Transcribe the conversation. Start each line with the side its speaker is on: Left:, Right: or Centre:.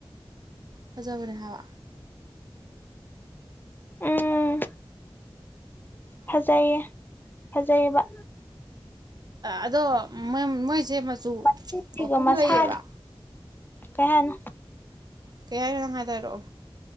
Right: ꯐꯖꯕꯅꯦ ꯍꯥꯢꯕ
Left: ꯎꯝ ꯐꯖꯩꯌꯦ ꯖꯩꯕ
Right: ꯑꯗꯣ ꯃꯣꯢ ꯃꯣꯏꯁꯦ ꯃꯆꯨ
Left: ꯃꯅꯤꯡꯁꯤꯒ
Right: ꯑꯍꯨꯝ
Left: ꯃꯁꯥ
Right: ꯂꯩꯌꯦꯕ
Left: ꯀꯩ ꯍꯥꯢꯅꯣ
Right: ꯀꯩ ꯍꯥꯢꯅꯣ ꯅꯪ ꯍꯥꯢꯗꯣ ꯍꯥꯏꯔꯛꯑꯣ